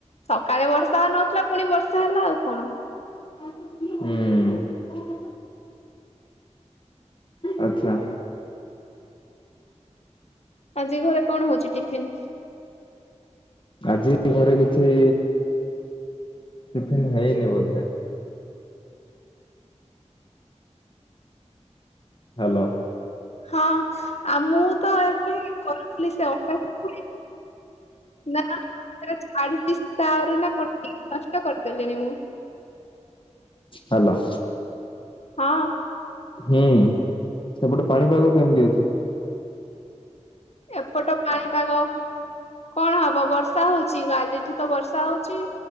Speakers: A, on the left; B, on the left.
A: ସକାଳେ ବର୍ଷା ହଉ ନଥିଲା ପୁଣି ବର୍ଷା ହେଲା ଆଉ କଣ?
B: ହୁଁ। ଆଚ୍ଛା।
A: ଆଜି ଘରେ କଣ ହଉଛି ଟିଫିନ୍?
B: ଆଜି ଘରେ କିଛି ଟିଫିନ୍ ହେଇନି ବୋଧେ। ହାଲୋ।
A: ହଁ ଆଉ ମୁଁ ତ ଏବେ କରୁଥିଲି ସେ ଅପାକୁ ନା ହେରା ଛାଡୁଛି ତାରୁ ନା କଣ ନଷ୍ଟ କରିଦେଲିଣି ମୁଁ।
B: ହାଲୋ।
A: ହଁ।
B: ହୁଁ ସେପଟେ ପାଣିପାଗ କେମତି ଅଛି?
A: ଏପଟ ପାଣିପାଗ କଣ ହବ ବର୍ଷା ହଉଚି କାଲି। ଅଠି ତ ବର୍ଷା ହଉଚି